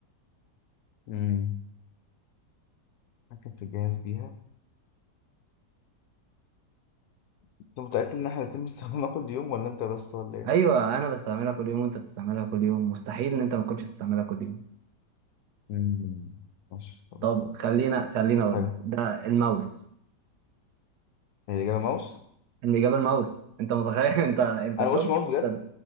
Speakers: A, on the left; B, on the right.
A: مم. اتحكم في الجهاز بيها انت متاكد ان احنا هنتم استخدامها كل يوم ولا انت بس ولا ايه
B: ايوه انا بستعملها كل يوم وانت بتستعملها كل يوم مستحيل ان انت ما كنتش بتستعملها كل يوم
A: مم. ماشي طب
B: طب خلينا خلينا اقول
A: حلو
B: لك ده الماوس
A: هي الإجابة ماوس
B: الإجابة الماوس أنت متخيل <laughs> أنت أنت
A: أنا ما
B: شفت
A: قلتش ماوس بجد
B: أنت